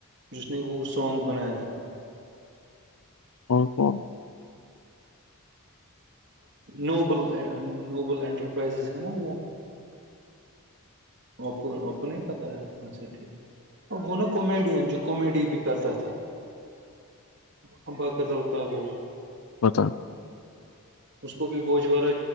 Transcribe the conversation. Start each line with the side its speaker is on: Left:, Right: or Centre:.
Right: جس نے وہ سانگ بنایا تھا
Left: ہاں کون
Right: نوبل نوبل انٹرپرائزز ہے نا وہ کو نہیں کہتا ہے اچھا ٹھیک اور وہ نا کومیڈین جو کامیڈی بھی کرتا تھا ہمباق دل کا وہو
Left: ہوتا
Right: <unintelligible> اس کو بھی گوجوارہ